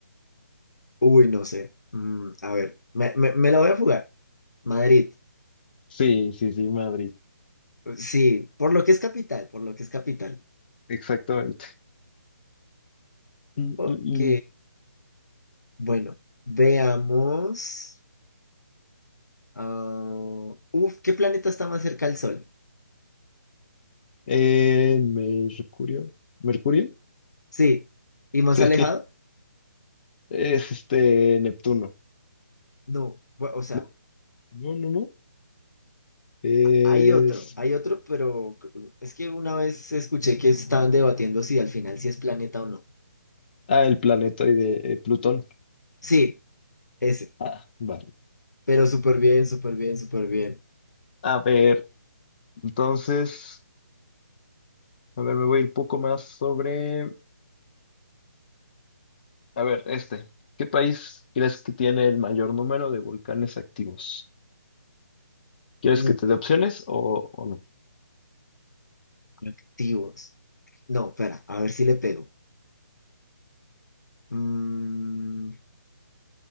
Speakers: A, on the left; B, on the left.
A: Uy, no sé. Mm, a ver, me, me, me la voy a jugar. Madrid.
B: Sí, sí, sí, Madrid.
A: Sí, por lo que es capital, por lo que es capital.
B: Exactamente. Mm,
A: Ok,
B: mm, mm.
A: bueno, veamos. ah, uf, ¿qué planeta está más cerca al Sol?
B: Eh, Mercurio. ¿Mercurio?
A: Sí, y más
B: Sí.
A: alejado,
B: <laughs> Es este Neptuno.
A: no. Bu- O sea,
B: No, no, no, no. Es.
A: hay otro, hay otro, pero cr- es que una vez escuché que estaban debatiendo si al final si es planeta o no.
B: Ah, el planetoide, eh, Plutón.
A: Sí, ese,
B: Ah, vale.
A: pero súper bien, súper bien, súper bien.
B: A ver, entonces. A ver, me voy un poco más sobre. A ver, este. ¿Qué país crees que tiene el mayor número de volcanes activos? ¿Quieres
A: Uh,
B: que te dé opciones o, o no?
A: Activos. No, espera, a ver si le pego. Mm,